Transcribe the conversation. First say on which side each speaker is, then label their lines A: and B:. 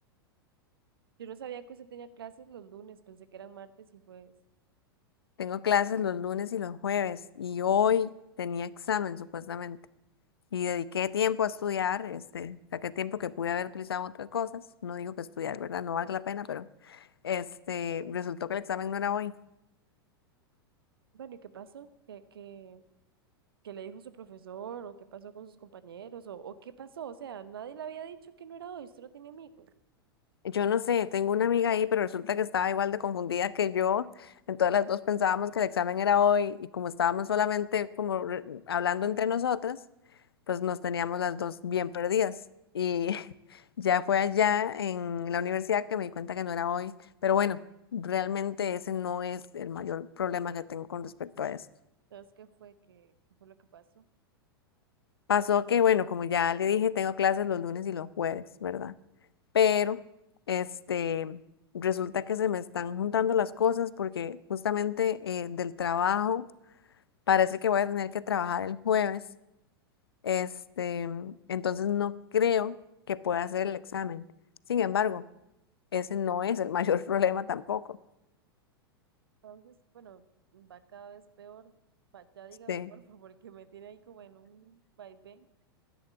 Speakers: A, on the right; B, on the left.
A: Yo no sabía que usted tenía clases los lunes, pensé que eran martes y jueves.
B: Tengo clases los lunes y los jueves, y hoy tenía examen, supuestamente. Y dediqué tiempo a estudiar, este, saqué tiempo que pude haber utilizado en otras cosas. No digo que estudiar, ¿verdad? No valga la pena, pero este, resultó que el examen no era hoy.
A: Bueno, ¿y qué pasó? ¿Qué, qué, qué le dijo su profesor? ¿O qué pasó con sus compañeros? ¿O, o qué pasó? O sea, nadie le había dicho que no era hoy, usted no tiene amigos.
B: Yo no sé, tengo una amiga ahí, pero resulta que estaba igual de confundida que yo. Entonces las dos pensábamos que el examen era hoy y como estábamos solamente como re- hablando entre nosotras, pues nos teníamos las dos bien perdidas. Y <laughs> ya fue allá en la universidad que me di cuenta que no era hoy. Pero bueno, realmente ese no es el mayor problema que tengo con respecto a eso.
A: Entonces, ¿qué fue? ¿Qué, qué fue lo que pasó?
B: Pasó que, bueno, como ya le dije, tengo clases los lunes y los jueves, ¿verdad? pero este, resulta que se me están juntando las cosas porque justamente eh, del trabajo parece que voy a tener que trabajar el jueves, este, entonces no creo que pueda hacer el examen. Sin embargo, ese no es el mayor <laughs> problema tampoco.
A: Entonces, bueno, va cada vez peor. Va, Ya dígame,
B: Este,
A: por favor, que me tiene ahí como en un vaivén.